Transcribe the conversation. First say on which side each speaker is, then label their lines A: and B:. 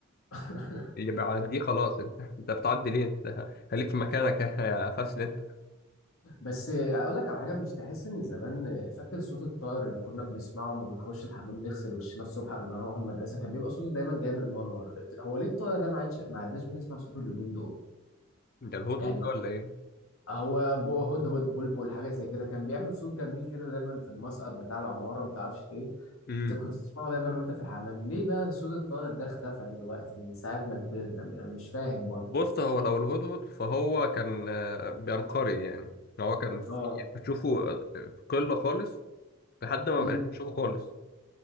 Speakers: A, on the left; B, on the left.
A: <laughs>
B: اللي بيعديه خلاص انت انت بتعدي ليه انت خليك في مكانك يا فاسل انت
A: بس آه، اقول لك على حاجه مش تحس ان زمان آه، فاكر صوت الطائر اللي كنا بنسمعه لما بنخش الحمام نغسل وشنا الصبح قبل ما نروح المدرسه كان بيبقى صوته دايما جاي من المنور هو ليه الطائر ده ما عادش ما عدناش بنسمع صوته اليومين دول
B: انت الهدهد
A: يعني
B: ده ولا ايه
A: هو بو- هدهد بلبل حاجه زي كده كان بيعمل صوت جميل كده دايما في المسقط بتاع العماره ما تعرفش ليه
B: امم
A: انت كنت تسمعه دايما وانت في الحمام ليه بقى صوت الطائر ده اختفى دلوقتي من ساعه ما كبرنا يعني مش فاهم برضه
B: بص هو لو الهدهد فهو كان آه، بينقري يعني هو كان في
A: اه
B: بتشوفه في قلة خالص لحد ما
A: امم
B: مبقاش بتشوفه خالص